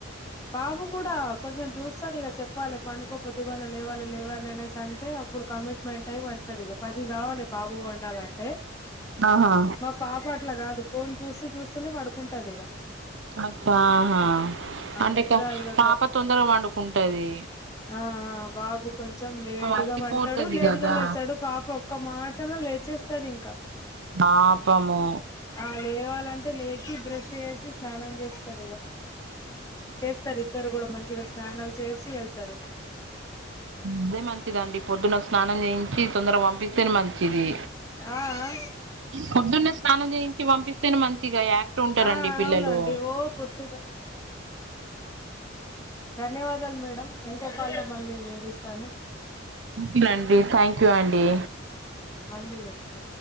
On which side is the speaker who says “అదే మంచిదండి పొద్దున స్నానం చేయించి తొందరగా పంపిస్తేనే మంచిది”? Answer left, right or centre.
Right